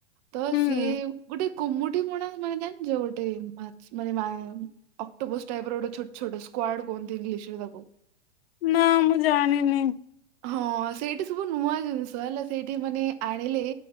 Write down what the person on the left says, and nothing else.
ହୁଁ।
ନା ମୁଁ ଜାଣିନି